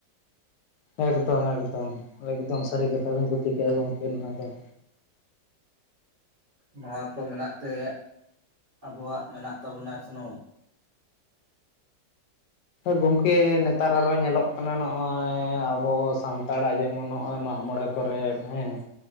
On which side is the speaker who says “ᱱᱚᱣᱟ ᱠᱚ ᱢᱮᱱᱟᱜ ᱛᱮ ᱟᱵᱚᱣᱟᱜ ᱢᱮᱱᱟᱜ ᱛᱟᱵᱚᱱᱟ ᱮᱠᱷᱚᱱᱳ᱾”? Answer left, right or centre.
Right